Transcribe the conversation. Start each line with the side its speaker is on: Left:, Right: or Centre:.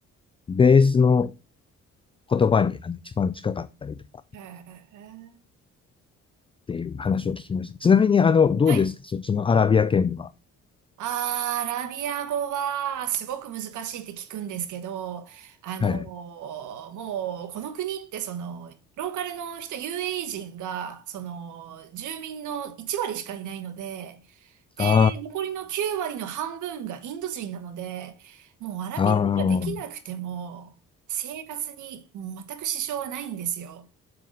Left: ベースの言葉にあの一番近かったりとかっ
Right: へえ、へえ
Left: ていう話を聞きました。ちなみに、あの、どうですかそっちのアラビア圏は。
Right: はいうんうんへへえはいあーアラビア語はすごく難しいって聞くんですけど、あの
Left: はい。
Right: ーもうこの国ってその、ローカルの人、UAE 人が、その、住民の1割しかいないので、で、
Left: あ
Right: 残りの9割の半分がインド人なので、もうアラビア語ができなくても、
Left: あ、ああ、
Right: 生活に全く支障はないんですよ。